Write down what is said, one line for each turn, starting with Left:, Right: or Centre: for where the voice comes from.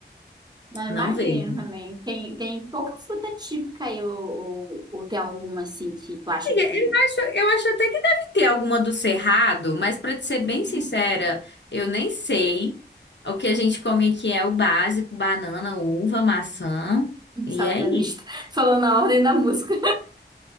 Right: Não,
Left: Não
Right: imagino
Left: vejo.
Right: também. Tem, tem pouca fruta típica aí, ou, ou, ou tem alguma assim que tu acha
Left: Eu
Right: que.
Left: acho, eu acho até que deve ter alguma do Cerrado, mas pra te ser
Right: Uhum.
Left: bem sincera, eu nem sei. O que a gente come aqui é o básico, banana, uva, maçã, e
Right: Salada
Left: é isso.
Right: mista, <laughs> falando na ordem da música.